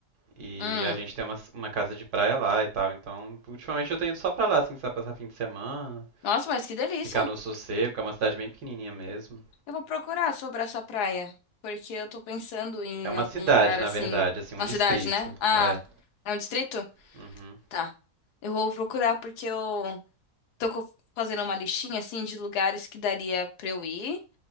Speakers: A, on the right (about 75°); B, on the left (about 75°).
A: E
B: Hum.
A: a gente tem uma, uma casa de praia lá e tal, então, ultimamente eu tenho ido só pra lá, assim, só passar fim de semana,
B: Nossa, mas que delícia.
A: ficar no sossego, que é uma cidade bem pequenininha mesmo.
B: Eu vou procurar sobre essa praia, porque eu tô pensando em
A: É uma
B: algum
A: cidade,
B: lugar
A: na
B: assim,
A: verdade, assim, um
B: na
A: distrito,
B: cidade, né? Ah,
A: é.
B: é um distrito?
A: Uhum,
B: Tá. Eu vou procurar porque eu tô co- fazendo uma listinha assim de lugares que daria pra eu ir.